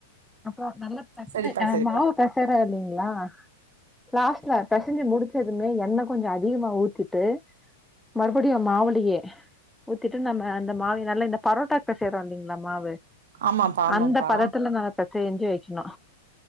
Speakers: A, in the centre; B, on the right.
A: அப்புற நல்ல பெசஞ்
B: சரிப்பா,
A: அ
B: சரிப்பா.
A: மாவு பெசறே இல்லீங்களா லாஸ்ட்ல பெசஞ்சு முடிச்சதுமே எண்ணெ கொஞ்ச அதிகமா ஊத்திட்டு மறுபடியு மாவுலயே ஊத்திட்டு நம்ம அந்த மாவ நல்ல இந்த பரோட்டாக்கு பெசைறோ இல்லைங்களா மாவு
B: ஆமாப்பா, ஆமாப்பா.
A: அந்த பதத்துல ந பெசஞ்சி வைக்கணு